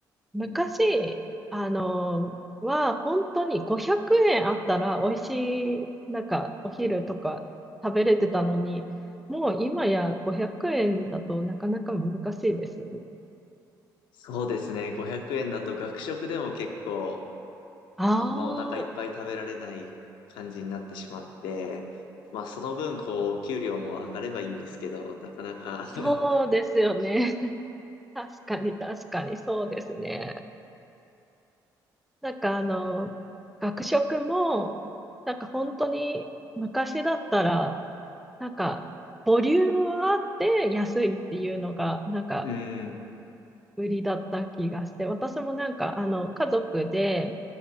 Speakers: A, in the centre; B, on the left.
A: 昔、
B: うん
A: あの、は、本当に500円あったら、美味しい、なんか、お昼とか食べれてたのに、もう今や500円だとなかなか難しいですよね。
B: そうですね。500円だと学食でも結構
A: ああ、
B: あんまお腹いっぱい食べられない感じになってしまって、まあその分こうお給料も上がればいいんですけど、なかなか <laughs>
A: そうですよね。<laughs> 確かに、確かに、そうですね。なんかあの、学食も、なんか本当に昔だったら、なんかボリュームはあって安いっていうのが、なんか
B: うん。
A: 売りだった気がして、私もなんかあの、家族で